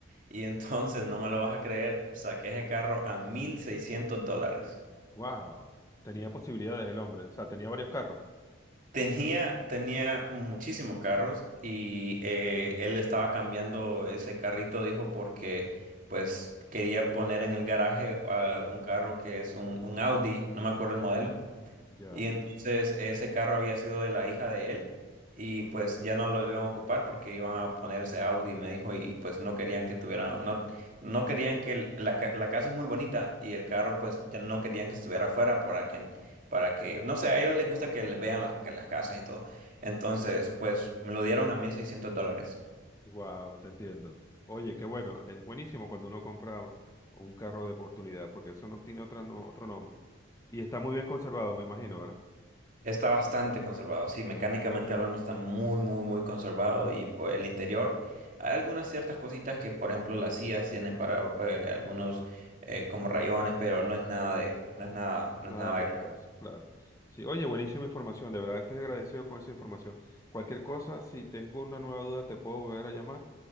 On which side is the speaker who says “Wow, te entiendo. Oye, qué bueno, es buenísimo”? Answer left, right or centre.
Left